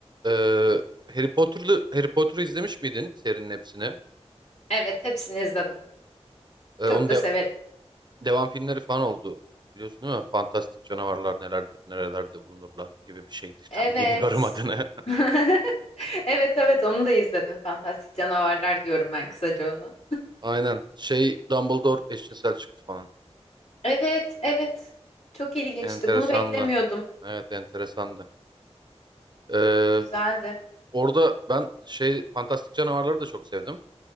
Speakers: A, on the right; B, on the left.
A: Ee, Harry Potter'lı Harry Potter'ı izlemiş miydin serinin hepsini?
B: Evet, hepsini izledim.
A: Ee,
B: Çok
A: onun
B: da
A: de,
B: severim.
A: devam filmleri falan oldu. Biliyorsun değil mi? Fantastik canavarlar nelerdir, nerelerde bulunurlar gibi bir şeydi. <laughs>
B: Evet.
A: Tam bilmiyorum adını.
B: <laughs> Evet, evet onu da izledim. Fantastik Canavarlar diyorum ben kısaca ona.
A: <laughs> Aynen. Şey Dumbledore eşcinsel çıktı falan.
B: Evet, evet. Çok ilginçti.
A: Enteresandı.
B: Bunu beklemiyordum.
A: Evet enteresandı. Ee,
B: Güzeldi.
A: orada ben şey fantastik canavarları da çok sevdim.